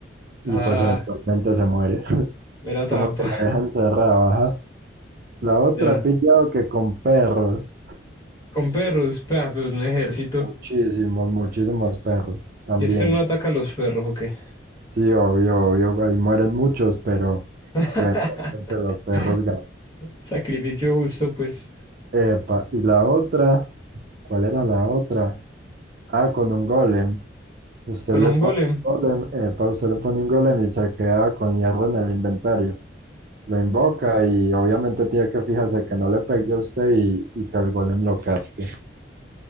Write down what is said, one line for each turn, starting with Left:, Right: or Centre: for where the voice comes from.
Right: y
Left: Ah,
Right: pues eventualmente se muere. <laughs>
Left: mera trampa.
Right: Como que la dejan cerrada, ajá. La otra
Left: Ya.
Right: he pillado que con perros.
Left: Con perros, pa, pues un ejército.
Right: Muchísimos, muchísimos perros también.
Left: Y es que él no ataca a los perros, ¿o qué?
Right: Sí, obvio, obvio, ahí mueren muchos, pero
Left: <laughs>
Right: eventualmente los perros ganan.
Left: Sacrificio justo, pues.
Right: Epa, y la otra, ¿cuál era la otra? Ah, con un golem. Usted
Left: Con
Right: le
Left: un
Right: pone
Left: golem.
Right: un golem, epa, usted le pone un golem y se queda con hierro en el inventario. Lo invoca y obviamente tiene que fijarse que no le pegue a usted y, y que el golem lo casque.